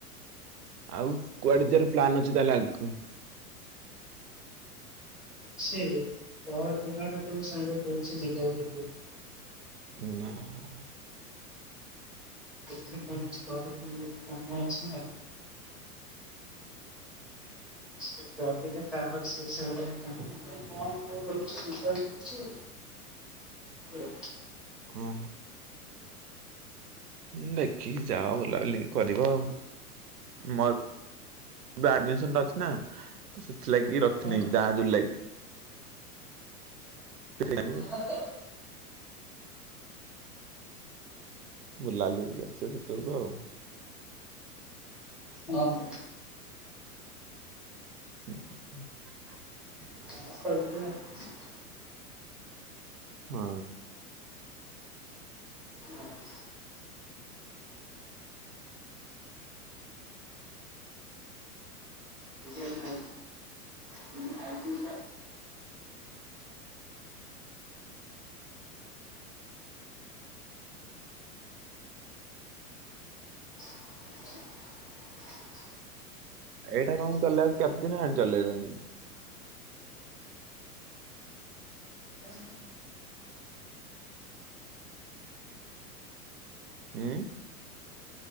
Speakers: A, on the right; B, in the centre.
A: ଆଉ କୁଆଡେ ଯିବାର ପ୍ଲାନ୍ ଅଛି ତାହେଲେ ଆଗକୁ?
B: ସେ ପହରଦିନ ର ଯୋଉ ସାଙ୍ଗ କହୁଛିି ଯିବ ବୋଲି ପୁରୀ।
A: ନା ହ।
B: <unintelligible> ସେ କହିଲା ତା ପଛରେ <unintelligible> କଣ କଣ କରୁଛି <unintelligible>
A: ହୁଁ। ଦେଖିକି ଯାଅ ବୁଲାବୁଲି କରିବ ଆଉ। ମ ଆଡିମିସନ ଅଛି ନା। ସେଥିଲାଗି
B: ଆଉ।
A: ରଖିନି ଯାହା <unintelligible>
B: ହଁ
A: ବୁଲାବୁଲି କରି ଆସିବ ସେତେବେଳକୁ ଆଉ।
B: ହଁ ଭାଇ।
A: <unintelligible>
B: <unintelligible>
A: ହୁଁ।
B: ଆଉ। ଏଇଟା ତ ତିନି <unintelligible>
A: ଏଇଟା ତମକୁ ଚଲେଇବାକୁ କେତେଦିନ ହେଲା ଚଲେଇଲଣି?
B: ଏ
A: ହୁଁ